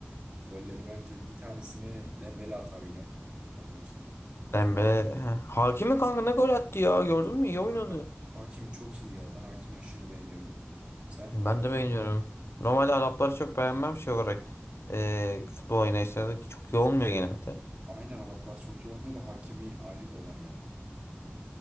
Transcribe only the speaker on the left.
Dembe. Ha. Hakimi kanka ne gol attı ya. Gördün mü? İyi oynadı.
Ben de beğeniyorum. Normalde Arapları çok beğenmem şey olarak. Ee, futbol oynayışları çok iyi olmuyor genelde.